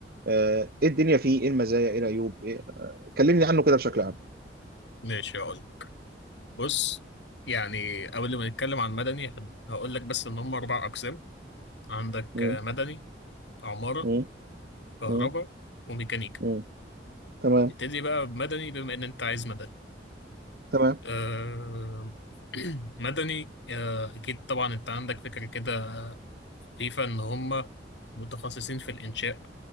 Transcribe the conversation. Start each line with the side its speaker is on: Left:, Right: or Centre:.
Right: آه، ايه الدنيا فيه ايه المزايا ايه العيوب إيه؟ كلمني عنه كده بشكل عام
Left: ماشي هقول بص يعني قبل ما نتكلم عن مدني هقول لك بس ان هم اربع اقسام عندك
Right: مم،
Left: آه، مدني عمارة
Right: مم،
Left: كهرباء
Right: مم،
Left: وميكانيكا
Right: مم. تمام
Left: نبتدي بقى بمدني بما ان انت عايز مدني
Right: تمام
Left: أه... <clears throat> مدني آه، اكيد طبعا انت عندك فكرة كده خفيفة ان هم متخصصين في الانشاء